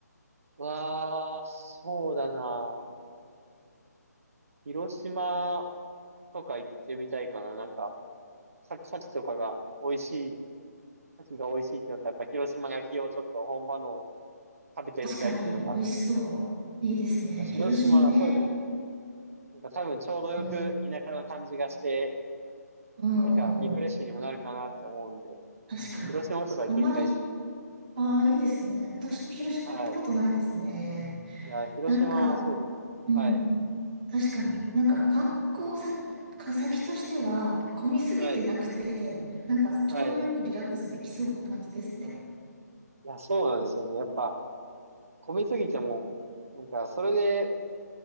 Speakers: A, on the right; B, on the right.
A: わあ、そうだな。広島とか行ってみたいかな。なんか、さ、さきとかが美味しい、さきが美味しいってなったら、やっぱ広島焼きをちょっと本場のを食べてみたいっていうのがあって。
B: 確かに、美味しそう。いいですね。
A: なんか広島、
B: 広島ね。
A: そうですね。なんか多分ちょうどよく田舎な感じがして、
B: うん。うんうんうん。
A: なんか、リフレッシュにもなるかなって思うんで、
B: 確かに。
A: 広島とか行ってみたいですね。
B: あまり、ああ、いいですね。私も広島行ったことないですね。
A: はい。いや、広島、
B: なんか、
A: そうですね。
B: うん。
A: はい。
B: 確かに、なんか観光先、か先としては、混みすぎてなくて、
A: はい。
B: なんかちょうどよくリラックスできそうな感じですね。
A: はい。いや、そうなんですよね。やっぱ、混みすぎても、なんか、それで、